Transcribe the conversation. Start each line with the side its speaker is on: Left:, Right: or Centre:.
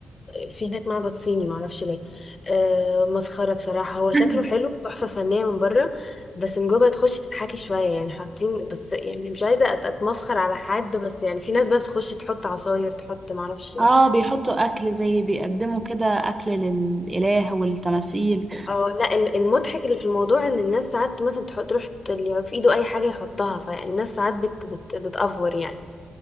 Left: في هناك معبد صيني معرفش ليه آه مسخرة بصراحة هو
Right: <laughs>
Left: شكله حلو تحفة فنية من بره بس من جوه تخش تتحكي شوية يعني حاطين بس يعني مش عايزة أت- اتمسخر على حد بس يعني في ناس بقى بتخش تحط عصاير تحط معرفش إيه.
Right: اه بيحطوا اكل زي بيقدموا كده اكل للاله والتماثيل
Left: اه لا ال- المضحك اللي في الموضوع ان الناس ساعات مثلا تحط تروح ت- اللي في ايده اي حاجة يحطها فالناس ساعات بت بت بتأفور يعني